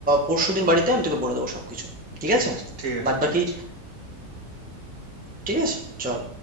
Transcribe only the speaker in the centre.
পরশু দিন বাড়িতে আয়, আমি তোকে বলে দেবো সব কিছু ঠিক
আছে
বাদ বাকি
ঠিক আছে চল